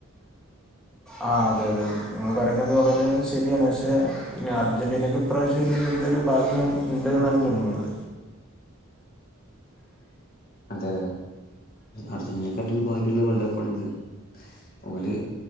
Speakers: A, in the centre; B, on the left.
A: ആ അതെയതെ നിങ്ങൾ പറയുന്നതുവളരെ ശരിയാണുപക്ഷേയിനി അർജന്റീനയ്ക്കു ഇപ്രാവശ്യം ഇതിലെന്തൊരു ഭാഗ്യം ഉണ്ട്ന്നാണു തോന്നുന്നത്.
B: അതെ അർജന്റീനക്കൊരു ഭാഗ്യള്ള വേൾഡ് കപ്പാണിത്. ഓല്